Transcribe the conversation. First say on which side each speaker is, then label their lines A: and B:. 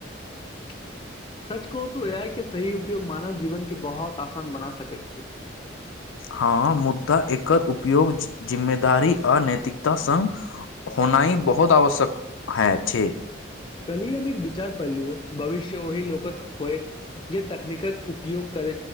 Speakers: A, on the left; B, on the left.
A: <inaudible> सच कह तो ए आइ के सही उपयोग मानव जीवन के बहुत आसान बना सकैत छियै
B: हाँ, मुदा एकर उपयोग जिम्मेदारी आ नैतिकता स होनाई बहुत आवश्यक है छै
A: कली अमे विचार पड़लिय भविष्य ओहि लोकक होयत जे तकनीकक उपयोग कर